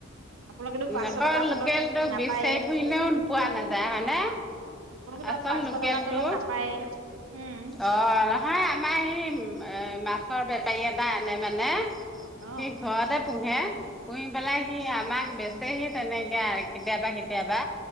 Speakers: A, on the right (about 75°); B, in the centre.
A: আপোনালোকেতো পাঁচশ
B: আকৌ
A: টকাৰ
B: লোকেলটো
A: তলত নাপায়েই
B: বিচাৰি ফুৰিলেও পোৱা নাযায় হয়নে?
A: আপোনালোকৰ তাত
B: আচল
A: পাঁচশ
B: লোকেল
A: টকাৰ তলত
B: টো অ'।
A: নাপায়েই অঁ
B: অ' নহয় আমাৰ হেই মাছৰ বেপাৰী এটাই আনে মানে।
A: অঁ
B: সি ঘৰতে পোহে। পুহি পেলাই সি আমাক বেছি হে সি তেনেকে আনে কেতিয়াবা কেতিয়াবা